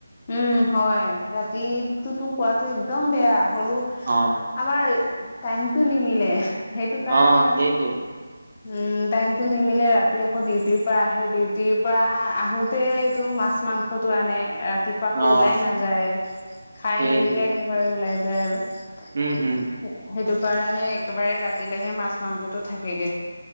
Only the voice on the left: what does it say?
উম, হয় ৰাতিতো কোৱাতো একদম বেয়া। হলো
আমাৰ টাইমটো নিমিলে। সেইটো কাৰণে
মানে
উম, টাইমটো নিমিলে ৰাতি আকৌ ডিউটিৰ পৰা আহে ডিউটিৰ পৰা আহোতে এইটো মাছ মাংসতো আনে। ৰাতিপুৱা আকৌ
ওলাই নাযায়, খাই
মেলিহে একেবাৰে ওলাই যায়। যায় আৰু সেইটো।
সেই কাৰণে একেবাৰে ৰাতিলেহে মাছ-মাংসটো থাকেগে।